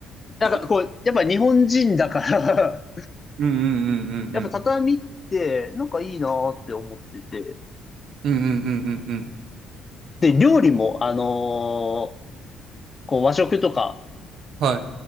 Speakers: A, on the left; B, on the right.
A: なんか、
B: <laughs>
A: こう、やっぱ日本人だから
B: うんうんうん
A: <laughs> やっぱ畳って、なんかいいなーって思ってて、
B: うんうん。うんうんうんうんうん。
A: で、料理も、あのーこう和食とか
B: はい。